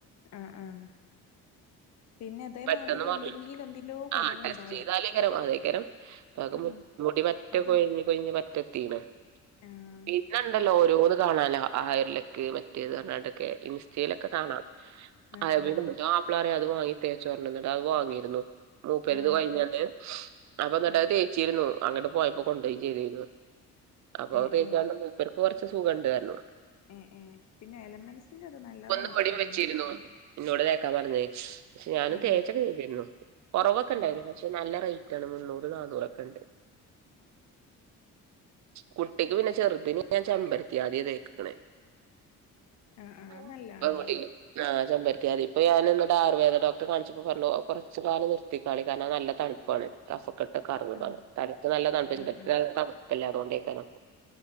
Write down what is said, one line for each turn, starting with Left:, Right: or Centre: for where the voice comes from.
Left: ആഹ് ആഹ് പിന്നെ അതേമാതിരി
Right: പെട്ടെന്ന് പറഞ്ഞ്
Left: എന്തെങ്കിലും എന്തിന്റോ കുറവുണ്ടാവും
Right: ആ ടെസ്റ്റ് ചെയ്താല് <unintelligible>
Left: ആഹ്
Right: <unintelligible>
Left: അത്
Right: കൊയിഞ്ഞ് കൊയിഞ്ഞ് <unintelligible>
Left: ആഹ്
Right: പിന്നെ ഉണ്ടല്ലോ ഓരോന്ന് കാണലാ ഹയർലക്ക് മറ്റേത് എന്താണ്ടൊക്കെ ഇൻസ് റ്റയിലൊക്കെ കാണാം
Left: ആഹ്
Right: അ
Left: ആഹ്
Right: ആപ്പിളാര് അത് വാങ്ങി തേച്ചോണ്ടിരുന്നിട്ട് അത് വാങ്ങിരുന്നു മൂപ്പരുത്
Left: ആഹ് എന്നിട്ട്
Right: കഴിഞ്ഞട്ട് അപ്പൊ എന്നിട്ടത്
Left: ആഹ്
Right: തേ ച്ചിരുന്നു അങ്ങോട്ട് പോയപ്പോ കൊണ്ടോയി ചെയ്തിരുന്നു അപ്പൊ
Left: ഏഹ്
Right: അത് തേക്കാൻ
Left: ഏഹ്
Right: കൊണ്ട് ഇവർക്ക് കുറച്ച് സുഖം ഉണ്ടായിരുന്നു
Left: ഏഹ് ഏഹ് പിന്നെ എലമെൻസിന്റെ അത് നല്ലതാന്നൊക്കെ
Right: ഒന്ന് ഇവിടേം
Left: പറയുന്ന
Right: വെച്ചിരുന്നു
Left: കേട്ട്ക്ക്ണ്
Right: എന്നോട് തേക്കാൻ പറഞ്ഞ് ഞാനും
Left: ആഹ്
Right: തേച്ചൊക്കെ ചെയ്തിരുന്നു കൊറവൊക്കെ ഉണ്ടായിരുന്നു
Left: ആഹ്
Right: പക്ഷെ നല്ല റേറ്റാണ് മുന്നൂറ് നാന്നൂറൊക്കെ ഉണ്ട് കുട്ടിക്ക് പിന്നെ ചെറുതിന് ഞാൻ ചെമ്പരത്തി ആദിയേ തേക്കുനതേ
Left: ആഹ് ആഹ്
Right: <unintelligible>
Left: അത് നല്ലാണല്ലോ
Right: ആ ചെമ്പരത്തി ആദി ഇപ്പം ഞാൻ എന്നിട്ട് ആയുർവേദ ഡോക്ടറെ കാണിച്ചപ്പോ പറഞ്ഞു കുറച്ചു കാലം നിർത്തി തളി കാരണം അത് നല്ല തണുപ്പാണ് കഫക്കെട്ട് കാണുന്നു
Left: ആഹ്
Right: പറഞ്ഞ് തലയ്ക്ക് നല്ല തണുപ്പും
Left: ആഹ്
Right: <unintelligible>